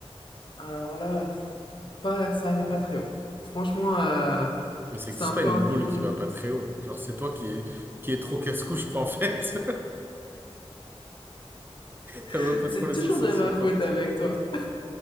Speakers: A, on the left; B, on the right.
A: Alors là, pff, pas, ça allait pas très haut. Franchement, euh,
B: Mais ça
A: c'était
B: existe
A: un
B: pas
A: peu
B: une
A: un délire.
B: boule qui va pas très haut. Genre, c'est toi qui est, qui est trop casse-cou, je crois, en fait. <laughs> T'aimes
A: <laughs>
B: un peu
A: C'est
B: trop les
A: toujours
B: sensations
A: de ma
B: fortes.
A: faute avec
B: <laughs>
A: toi.